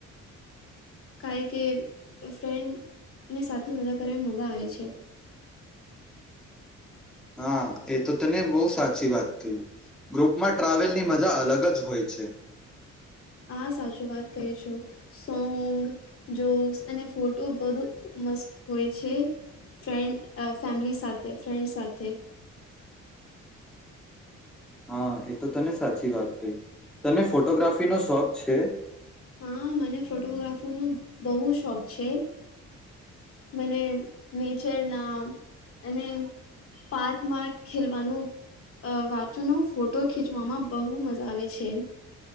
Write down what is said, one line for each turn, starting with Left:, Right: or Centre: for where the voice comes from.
Left: કઈ કે ફ્રેન્ડ ને સાથે મજા કર મજા આવે છે.
Centre: હા એ તો તને બહુ સાચી વાત કહિ, ગ્રુપમાં ટ્રાવેલની મજા અલગ જ હોય છે.
Left: હા સાચું વાત ક છું, સોંગ જોક્સ અને ફોટો બધુ મસ્ત હોય છે ફન્ડ ફેમિલી સાથે ફ્રેન્ડ સાથે.
Centre: હા એ તો તને સાચી વાત કહી, તને ફોટોગ્રાફીનોો શોખ છે?
Left: હા મને ફોટોગ્રાફીનો બહ શોખ છે, મને નેચર ના અને પાર્કમાં ખેલવાનું વાચનો ફોટો ખીચવામાં બહુ મજા આવે છે,